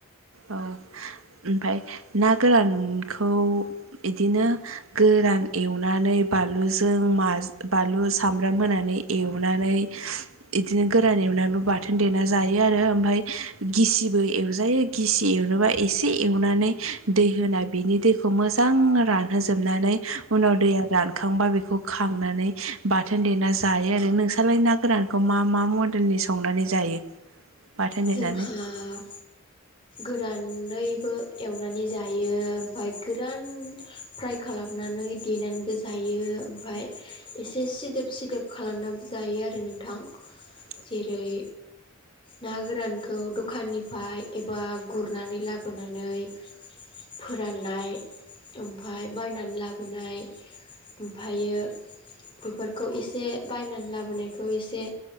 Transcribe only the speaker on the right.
औ ओमफाय ना गोरानखौ एदिनो गोरान एवनानै बानलुजों मा बानलु सामब्राम होनानै एवनानै‌ एदिनो गोरान एवनाबो बाथोन देना जा जायो आरो ओमफाय गिसिबो एवजायो। गिसि एवनोबा एसे एवनानै दै होना बिनि दैखौ मो जां रानहोजोबनानै उनाव दैया रानखांबा बेखौ खांनानै बाथोन देना जायो आरो नोंसालाय ना गोरानखौ मा मा मडेलनि संनानै जायो? बाथोन
देनानै
??